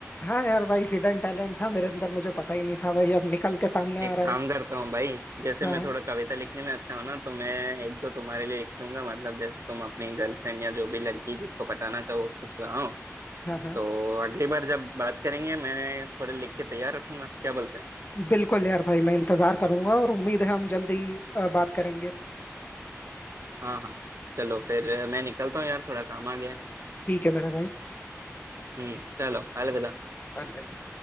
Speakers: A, on the left; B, on the right.
A: हाँ यार भाई हिडन टैलेंट था मेरे अंदर मुझे पता ही नहीं था भाई अब निकल के सामने
B: एक
A: आ रहा
B: काम
A: है
B: करता हूँ भाई जैसे
A: हाँ
B: मैं
A: हाँ
B: थोड़ा कविता लिखने में अच्छा हूँ ना तो मैं एक दो तुम्हारे लिए लिख लूंगा मतलब जैसे तुम अपनी गर्लफ्रेंड या जो भी लड़की जिसको पटाना चाहो उसको सुनाओ
A: हाँ हाँ
B: तो अगली बार जब बात करेंगे मैं थोड़े लिख के तैयार रखूंगा क्या बोलते हो
A: बिल्कुल यार भाई मैं इंतजार करूंगा और उम्मीद है हम जल्दी अ, बात करेंगे
B: हाँ हाँ चलो फिर मैं निकलता हूँ यार थोड़ा काम आ गया है
A: ठीक है मेरा भाई
B: हम्म चलो अलविदा
A: अलविदा।